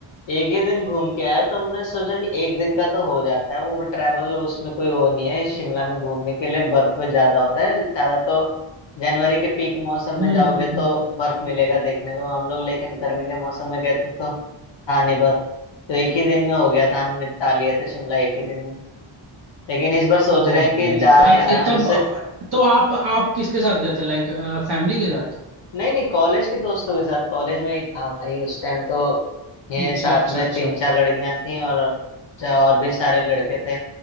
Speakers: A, on the left; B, on the right.
A: एक ही दिन घूम के आया तो मैं सोचा कि एक दिन का तो हो जाता है वो भी ट्रैवल उसमें कोई वो नहीं है शिमला में घूमने के लिए बर्फ ज्यादा होता है ज्यादा तो जनवरी के पीक मौसम
B: हम्म
A: में जाओगे
B: हम्म
A: तो
B: हम्म हम्म।
A: बर्फ मिलेगा देखने को हम लोग लेकिन गर्मी के मौसम में गए थे तो था नहीं बर्फ तो एक ही दिन में हो गया था हम निपटा लिए थे शिमला एक ही दिन में लेकिन इस बार सोच
B: ओ
A: रहे हैं कि
B: भाई
A: जाए
B: तब
A: आराम
B: ए, तब अ,
A: से
B: तो आप आप किसके साथ गए थे लाइक फैमिली के साथ
A: नहीं नहीं कॉलेज के दोस्तों के साथ कॉलेज में ही था भाई उस टाइम तो ये
B: अच्छा
A: साथ
B: अच्छा
A: में
B: अच्छा
A: तीन चार लड़कियां थी और चा- और भी सारे लड़के थे